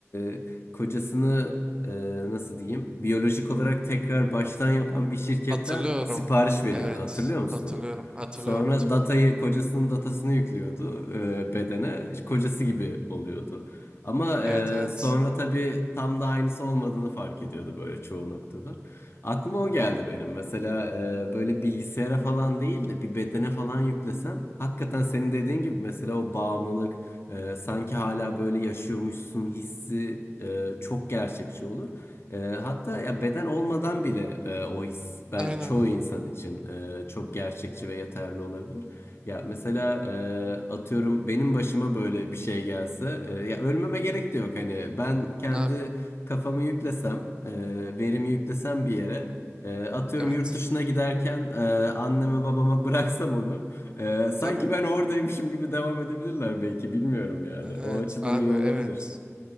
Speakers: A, on the left; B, on the right.
A: e, kocasını e, nasıl diyeyim? Biyolojik olarak tekrar baştan yapan bir şirketten
B: Hatırlıyorum.
A: sipariş veriyordu.
B: Evet.
A: Hatırlıyor musun
B: Hatırlıyorum.
A: onu?
B: Hatırlıyorum.
A: Sonra
B: Hatırlıyorum.
A: datayı kocasının datasını yüklüyordu e, bedene. İşte Kocası gibi oluyordu. Ama e,
B: Evet evet.
A: sonra tabii tam da aynısı olmadığını fark ediyordu böyle çoğu noktada. Aklıma o geldi benim. Mesela e, böyle bilgisayara falan değil de bir bedene falan yüklesen hakikaten senin dediğin gibi mesela o bağımlılık e, sanki hala böyle yaşıyormuşsun hissi e, çok gerçekçi olur. E, hatta ya beden olmadan bile e, o his bence
B: Aynen.
A: çoğu insan için e, çok gerçekçi ve yeterli olabilir. Ya mesela e, atıyorum benim başıma böyle bir şey gelse e, ya ölmeme gerek de yok hani ben kendi
B: Abi.
A: kafamı yüklesem e, verimi yüklesem bir yere e, atıyorum
B: Evet.
A: yurt dışına giderken e, anneme babama <laughs> bıraksam onu e, sanki
B: Tabii.
A: ben oradaymışım gibi devam edebilirler belki bilmiyorum yani
B: E, Evet
A: o açıdan
B: abi
A: iyi olabilir.
B: evet.